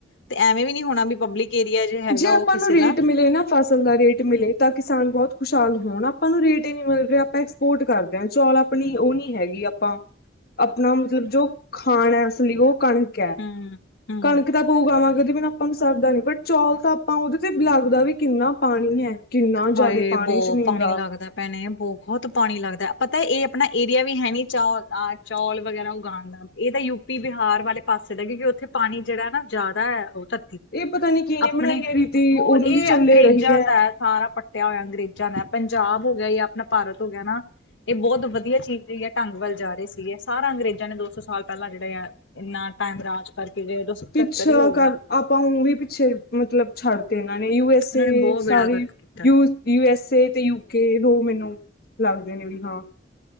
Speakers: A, on the left; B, on the left.
A: ਤੇ ਐਵੇਂ ਵੀ ਨੀ ਹੋਣਾਂ ਵੀ ਪਬਲਿਕ ਏਰੀਆ ਹੈਗਾ
B: ਜੇ ਆਪਾਂ
A: ਉਹ ਕਿਸੇ
B: ਨੂੰ ਰੇਟ
A: ਦਾ
B: ਮਿਲ਼ੇ ਨਾ ਫਸਲ ਦਾ ਰੇਟ ਮਿਲੇ ਤਾਂ ਕਿਸਾਨ ਬਹੁਤ ਖੁਸ਼ਹਾਲ ਹੋਣ, ਆਪਾਂ ਨੂੰ ਰੇਟ ਹੀ ਨਹੀਂ ਮਿਲ ਰਿਹਾਂ ਆਪਾਂ ਕੋੋਟ ਕਰਦੇ ਹਾਂ, ਚੌਲ ਆਪਣੀ ਉਹ ਨੀ ਹੈਗੀ ਆਪਾਂ ਆਪਣਾਂ ਮਤਲਬ ਜੋ ਖਾਣ ਹੈ ਅਸਲ਼ੀ, ਉਹ ਕਣਕ ਹੈ।
A: ਹਮ। ਹਮ
B: ਕਣਕ ਤਾਂ ਊਗਾਵਾਂ ਉਹਦੇ ਬਿਨਾ ਵੀ ਨਾ ਆਪਾਂ ਨੂੰ ਸਰਦਾ ਨੀ, ਪਰ ਚੌਲ ਤਾਂ ਆਪਾਂ ਉਹਦੇ ਤੇ ਲੱਗਦਾ ਵੀ ਕਿੰਨਾ ਪਾਣੀਂ ਹੈ। ਕਿੰਨਾ
A: ਹਾਏ!
B: ਜ਼ਿਆਦਾ ਪਾਣੀ
A: ਬਹੁਤ
B: ਜ਼ਮੀਨ
A: ਪਾਣੀਂ
B: ਦਾ
A: ਲੱਗਦਾ ਭੈਣੇਂ ਬਹੁਤ ਪਾਣੀ ਲੱਗਦਾ, ਪਤਾ ਇਹ ਆਪਣਾ ਏਰੀਆ ਵੀ ਹੈ ਨੀ 'ਚ ਆਹ ਚੌਲ ਵਗ਼ੈਰਾ ਉਗਾਉਣ ਦਾ। ਇਹ ਤਾਂ ਯੂਪੀ, ਬਿਹਾਰ ਵਾਲ਼ੇ ਪਾਸੇ ਦਾਂ ਕਿਉਂਕਿ ਉੱਥੇ ਪਾਣੀ ਜਿਹੜਾ ਨਾ ਜ਼ਿਆਦਾ ਹੈ। ਉਹ ਤਾਂ
B: ਇਹ ਪਤਾ ਨੀ ਕਿਹਨੇ
A: ਆਪਣੇਂ
B: ਬਣਾਈ ਹੈ ਰੀਤੀ
A: ਹੋਰ,
B: ਉਦੋਂ
A: ਇਹ
B: ਦੀ ਚੱਲੇ
A: ਅੰਗਰੇਜ਼ਾਂ
B: ਰਹੀ ਹੈ
A: ਦਾ- ਸਾਰਾ ਪੱਟਿਆ ਹੋਇਆਂ ਅੰਗਰੇਜ਼ਾਂ ਨੇ, ਪੰਜਾਬ ਹੋ ਗਿਆਂ ਜਾਂ ਆਪਣਾ ਭਾਰਤ ਹੋ ਗਿਆਂ ਨਾ। ਇਹ ਬਹੁਤ ਵਧੀਆ ਚੀਜ਼ ਜਿਹੜੀ ਹੈ ਢੰਗ ਵੱਲ ਜਾ ਰਹੇਂ ਸੀਗੇ, ਸਾਰਾ ਅੰਗਰੇਜ਼ਾਂ ਨੇ ਦੋ ਸੌ ਸਾਲ ਪਹਿਲਾਂ ਜਿਹੜਾ ਆ ਇੰਨਾ ਟਾਈਮ ਰਾਜ ਕਰਕੇ ਪਚੱਤਰ
B: ਪਿੱਛਾ
A: ਹੀ ਹੋ ਗਿਆ
B: ਕਰ, ਆਪਾਂ ਹੁਣ ਵੀ ਪਿੱਛੇ ਮਤਲਬ ਛੱਡ ਤੇ ਇਹਨਾਂ ਨੇ ਯੂ ਐਸ
A: ਇਹਨਾਂ
B: ਏ
A: ਨੇ ਬਹੁਤ
B: ਵਿੱਚ ਸਾਰੀ--ੇ
A: ਬੇੜਾ ਗਰਕ ਕੀਤਾ
B: ਯੂ ਐਸ ਏ ਤੇ ਯੂਕੇ ਦੋ ਮੈਨੂੰ ਲੱਗਦੇ ਨੇ ਵੀ, ਹਾਂ